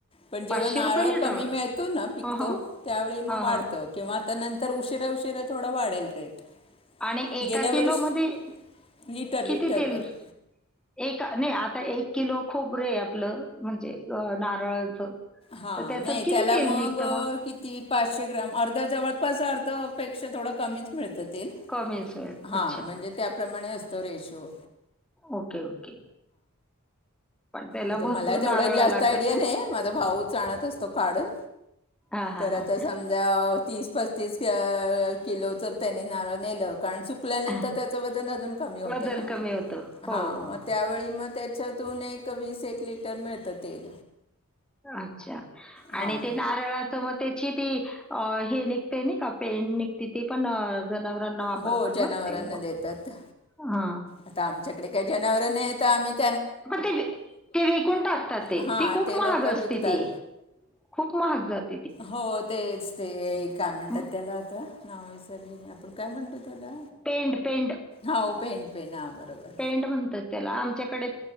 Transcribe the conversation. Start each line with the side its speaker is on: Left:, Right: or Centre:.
Left: पण जेव्हा
Centre: पाचशे
Left: नारळ
Centre: रुपये लिटर
Left: कमी मिळतो ना पिकतो
Centre: हा हा
Left: त्यावेळी मग
Centre: हा
Left: वाढतं
Centre: हा
Left: किंवा त्या नंतर उशिरा उशिरा थोडं वाढेल रेट
Centre: आणि एका
Left: गेल्या
Centre: किलो
Left: वर्ष
Centre: मध्ये
Left: लिटर लिटरवर
Centre: कितीतील एक नाही आत एक किलो खोबरे आपलं म्हणजे नारळाचं
Left: हा
Centre: तर त्याच्यात
Left: नाही
Centre: किती
Left: त्याला
Centre: तेल
Left: मग
Centre: निघतं
Left: किती पाचशे ग्राम अर्धा जवळपास अर्ध पेक्षा कमीच मिळतात
Centre: कमीच वेळ
Left: हा
Centre: अच्छा
Left: म्हणजे त्याप्रमाणे असतंय तो रेषो
Centre: ओके ओके पण त्याला
Left: आता
Centre: भरपूर
Left: मला तेवढं
Centre: नारळ
Left: जास्त
Centre: लागतात
Left: आयडिया
Centre: ना
Left: नाही माझा भाऊच आणत असतो काढून
Centre: हा हा
Left: तर आता समजा तीस पस्तीस तीस क किलोच त्यांनी नारळ नेलं कारण सुकल्यानंतर
Centre: हा
Left: त्याचं वजन अजून कमी होतं
Centre: वजन
Left: ना
Centre: कमी होतं.
Left: हां
Centre: हो, हो.
Left: मग त्यावेळी मग ते त्याच्यातूून एक ते वीस एक लिटर मिळतं तेल
Centre: अच्छा
Left: हां
Centre: आणि ते नारळाच मग ते ती हे निघते का पेंट निघते ती पण जनावरांना वापरतात
Left: हो जनावरांना
Centre: ना ते
Left: देतात
Centre: हा
Left: आता आमच्याकडे काय जनावर नाही त्यामध्ये
Centre: मग ते ते विकून टाकतात ते
Left: हां
Centre: ते खूप महाग
Left: लोक
Centre: असते
Left: विकतात
Centre: ते खूप महाग जात
Left: हो तेच ते काय म्हणतात
Centre: म
Left: त्याला आता नाव विसरली आपण काय म्हणतो त्याला
Centre: पेंड पेंड
Left: हओ पेंन पेंन हा बरोबर
Centre: पेंड म्हणतात त्याला. आमच्याकडे ते